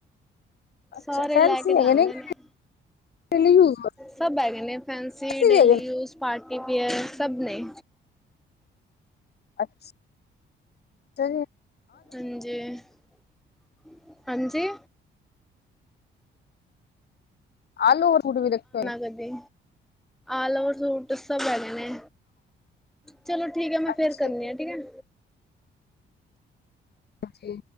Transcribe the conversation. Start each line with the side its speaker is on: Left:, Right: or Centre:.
Left: ਅੱਛਾ
Centre: ਸਾਰੇ
Left: ਫੈਂਸੀ
Centre: ਲੈ ਕੇ
Left: ਹੈਗੇ,
Centre: ਜਾਂਦੇ
Left: ਕੀਂ
Centre: ਨੇ
Left: ਡੇਲੀ ਯੂਜ।
Centre: ਸਭ ਹੈਗੇ ਨੇ ਫੈਂਸੀ, ਡੇਲੀ
Left: ਵੀ ਹੈਗੇ ਨੇ
Centre: ਯੂਸ, ਪਾਰਟੀਅਰ ਸਭ ਨੇ।
Left: ਅੱਛਾ। ਚਲ।
Centre: ਹਾਂਜੀ-ਹਾਂਜੀ।
Left: ਅੱਲੋਵਰ ਫੂਟ ਵੀ ਰੱਖੇ।
Centre: ਕਦੇ ਅੱਲੋਵਰ ਸੂਟ ਸਭ ਹੈਗੇ ਣੇ। ਚਲੋ ਠੀਕ ਹੈ ਮੈਂ
Left: ਅੱਛਾ
Centre: ਫੇਰ ਕਰਨੀ ਆ ਠੀਕ ਐ।
Left: ਹਾਂਜੀ।